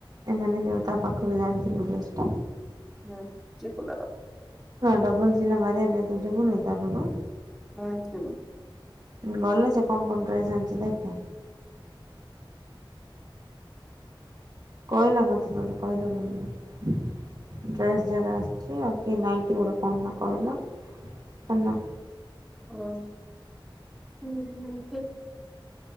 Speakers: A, on the right; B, in the centre.
A: ଏମାନେ ଯୋଉ ତା ପାଖରୁ ଯେ ଆଣିଥିଲୁ ଡ୍ରେସ୍ ଟା।
B: ନାହା ସେ କଲର୍ ଟା
A: ଡବଲ୍ ସିଲେଇ ମାରିବା ପାଇଁ ତୁ ଯିବୁ ନାଇ ତା ଘରୁ?
B: ହଁ ଯିବି।
A: ଉଁ ଗଲେ ସେ କଣ କଣ ଡ୍ରେସ୍ ଆଣିଚି ଦେଖ। କହିଲା ମୋତେ ତତେ କହି ଦେ ବୋଲିକି। ଡ୍ରେସ୍ ଜାଗା ଆସିଚି ଆଉ। କି ନାଇଁଟି ଗୋଟେ କଣ ନା କହିଲା ହେଲା।
B: ଓ, <unintelligible> ନାଇଟି